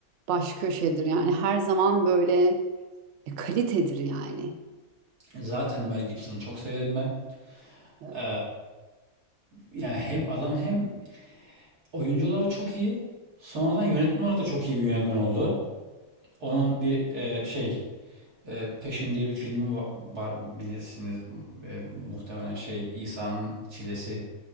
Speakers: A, on the right; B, on the right.
A: baş köşedir. Yani her zaman böyle e, kalitedir yani.
B: Zaten Mel Gibson'ı çok severim ben.
A: Evet.
B: Ee, yani hem adam hem oyuncu olarak çok iyi. Sonradan yönetmen olarak da çok iyi bir yönetmen oldu. Onun bir e, şey e, Passion diye bir filmi var bilirsiniz. E, muhtemelen şey İsa'nın çilesi